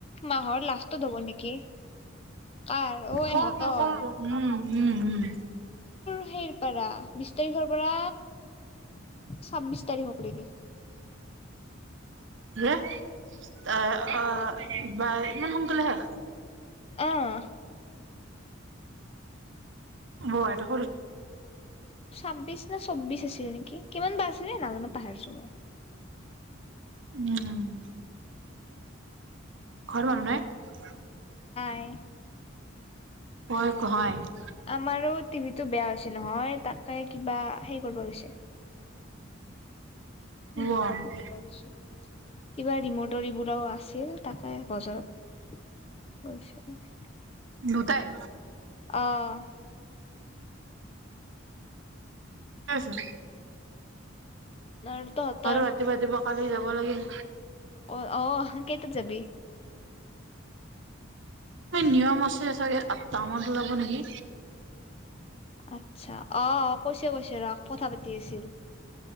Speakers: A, on the left; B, on the right.
A: মাহৰ লাষ্টত হ'ব নেকি। কাৰ অ
B: হ
A: ইহঁতৰ
B: হ উম উম উম।
A: সৰ পাৰা বিশ তাৰিখৰ পৰা ছাব্বিশ তাৰিখক কৰিবি।
B: এ আহ বা ইমান সোনকালে হে।
A: অহ।
B: বহ এই টো
A: ছাব্বিশ নে ছৌ্বিশ ছিল নেকি কিমান বাছিল নে নাজানো পাহাৰিছো মই
B: উম ঘৰ মানুহ নাই
A: নাই
B: হয় কহাৰ
A: আমাৰো টিভিটো বেয়া হৈছে নহয় তাকে কিবা হে কৰিব গৈছে উম
B: অ'
A: সেইটো ভাবছে কিবা ৰিমটৰ বিলাক <unintelligible> ও আছিল তাকে বজাৰত কৰিছিল
B: লুতাই
A: অঁ
B: কি আছে
A: ন তহতৰ
B: ৰাতিপুৱা ৰাতিপুৱা কালি যাব লাগিল
A: অ অ অ কেইটাত যাবি
B: নিয়ম আছে চাগে ত <unintelligible> টামান ওলাব নেকি
A: আচ্ছা অ অ কৈছে কৈছে ৰ কথা পাতি আছিল